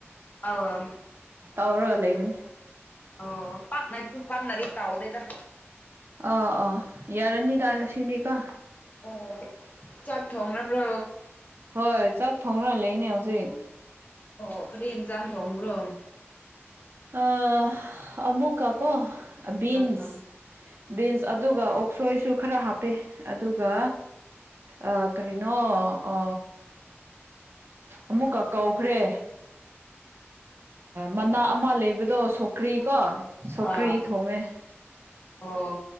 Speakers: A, on the left; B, on the right.
A: ꯑ
B: ꯇꯧꯔꯒ ꯂꯩꯕꯅꯦ
A: ꯑꯣ ꯄꯥꯟꯅ ꯇ ꯄꯥꯟꯅꯔꯤ ꯇꯧꯗꯦꯗ
B: ꯑꯥ ꯑꯥ ꯌꯥꯔꯅꯤꯗ ꯁꯤꯅꯤꯀꯣ
A: ꯑꯣ ꯆꯠꯈ꯭ꯔꯣ ꯍꯥꯢꯕ꯭ꯔꯣ
B: ꯍꯣꯏ ꯆꯥꯛ ꯊꯣꯡꯅ ꯂꯩꯅꯦ ꯍꯧꯖꯤꯛ
A: ꯑꯣ ꯀꯔꯤ ꯌꯦꯟꯖꯥꯡ ꯊꯣꯡꯕ꯭ꯔꯣ
B: ꯑ ꯑꯃꯨꯀ ꯀꯣ ꯕꯤꯟꯁ
A: ꯑꯥ
B: ꯕꯤꯟꯁ ꯑꯗꯨꯒ ꯑꯣꯛꯁꯣꯏꯁꯨ ꯈꯔ ꯍꯥꯞꯄ ꯑꯗꯨꯒ ꯑ ꯀꯔꯤꯅꯣ ꯑ ꯑꯃꯨꯛꯀ ꯀꯧꯈ꯭ꯔꯦ ꯃꯃꯥ ꯑꯃ ꯂꯩꯕꯗꯣ ꯁꯣꯀ꯭ꯔꯤ ꯀꯣ ꯁꯧꯀ꯭ꯔꯤ
A: ꯑꯥ
B: ꯊꯣꯡꯉꯦ
A: ꯑꯣ